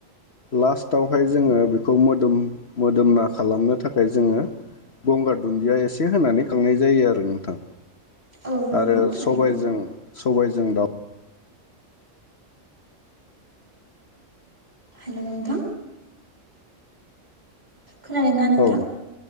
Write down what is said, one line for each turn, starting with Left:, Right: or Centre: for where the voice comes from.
Left: लास्टावहाय जोङो बे- खौ मोदोम मोदोमना खालामनो थाखाय जोङो गंगार दुन्दिया एसे होनानै खांनाय जायो आरो नोंथां।
Right: औ
Left: आरो
Right: नोंगौ
Left: सबायजों
Right: थारैनो।
Left: सबायजों दाउ
Right: हेलौ नोंथां खोनादोंना नोंथां?
Left: औ